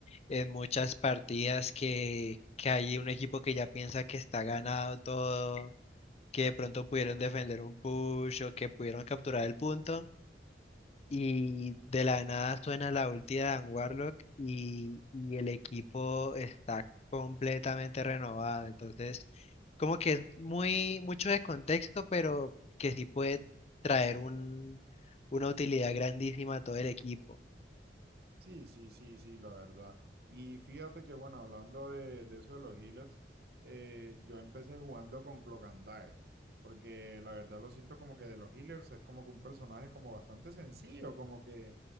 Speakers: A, on the left; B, on the right.
A: en muchas partidas que, que hay un equipo que ya piensa que está ganado todo, que de pronto pudieron defender un push o que pudieron capturar el punto. y de la nada suena la ulti de Dan Warlock y, y el equipo está completamente renovado. Entonces, como que es muy mucho de contexto, pero que sí puede traer un, una utilidad grandísima a todo el equipo.
B: Sí, sí, sí, sí, la verdad. Y fíjate que bueno, hablando de, de eso de los healers, eh, yo empecé jugando con Cloak and Dagger, porque la verdad lo siento como que de los healers es como que un personaje como bastante sencillo, como que